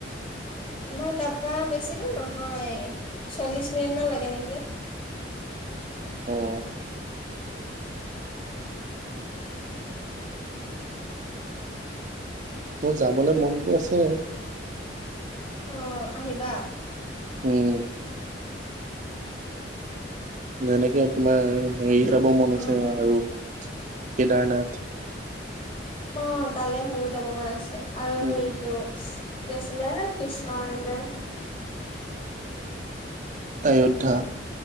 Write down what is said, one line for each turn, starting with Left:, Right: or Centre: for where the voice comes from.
Left: আমাৰ তাৰপা বেছি দুৰ নহয়, এ চল্লিছ মিনিটমান লাগে নেকি।
Right: উম। মোৰ যাবলে মনতো আছে।
Left: অঁ আহিবা।
Right: উম। যেনেকে তোমাৰ হেৰি যাব মন
Left: উম
Right: আছে আৰু কেদাৰনাথ।
Left: অ তালে ময়ো যাব মন আছে, আৰু
Right: উম
Left: হেৰিটো কি আছিলে কৃষ্ণৰ যে
Right: আয়োধ্যা।